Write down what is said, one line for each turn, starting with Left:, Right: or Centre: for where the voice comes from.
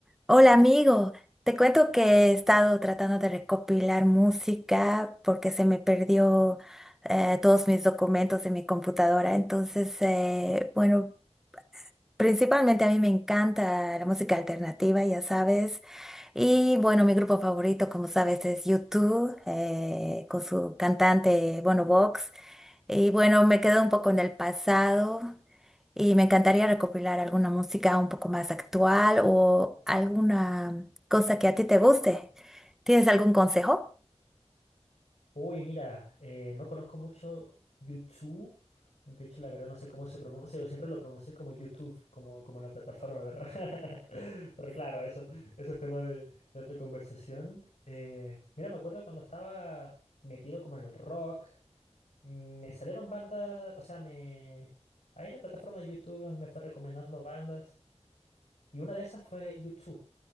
Centre: Hola amigo, te cuento que he estado tratando de recopilar música porque se me perdió eh, todos mis documentos de mi computadora. Entonces, eh, bueno, principalmente a mí me encanta la música alternativa, ya sabes. Y bueno, mi grupo favorito, como sabes, es U2 eh, con su cantante, Bono Vox. Y bueno, me quedo un poco en el pasado. Y me encantaría recopilar alguna música un poco más actual o alguna cosa que a ti te guste. ¿Tienes algún consejo?
Left: Uy, mira, eh, no conozco mucho YouTube. De hecho, la verdad no sé cómo se pronuncia. Yo siempre lo pronuncié como YouTube, como, como la plataforma, ¿verdad? <laughs> Pero claro, eso, eso es tema de, de otra conversación. Eh, mira, me acuerdo cuando estaba metido como en el rock, me salieron bandas, o sea, me... Ahí la plataforma de YouTube me fue recomendando bandas y una de esas fue YouTube.